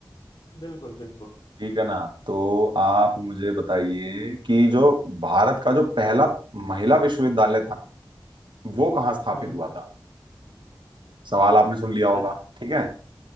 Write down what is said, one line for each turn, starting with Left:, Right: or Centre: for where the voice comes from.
Left: बिल्कुल बिल्कुल
Right: ठीक है ना तो आप मुझे बताइए कि जो भारत का जो पहला महिला विश्वविद्यालय था ना वो कहाँ स्थापित
Left: हम्म
Right: हुआ था सवाल आपने सुन लिया होगा
Left: पह-
Right: ठीक है